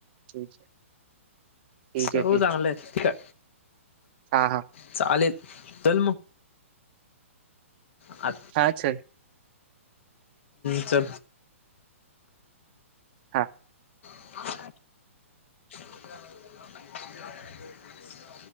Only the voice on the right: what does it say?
ठीक आहे
ठीक आहे
हा हा
हा सर
हा